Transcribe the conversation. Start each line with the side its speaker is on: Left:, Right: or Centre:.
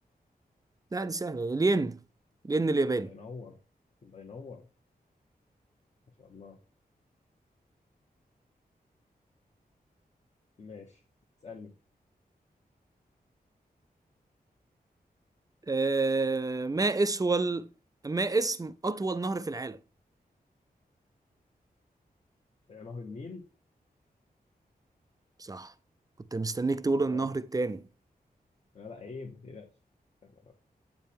Right: لا دي سهلة الين الين الياباني
Left: الله ينور الله ينور ما شاء الله ماشي اسألني
Right: آه ما اسول ما اسم أطول نهر في العالم
Left: نهر النيل
Right: صح كنت مستنيك تقول
Left: الله
Right: النهر التاني
Left: لا لا عيب ما تقلقش لا، لا، لا.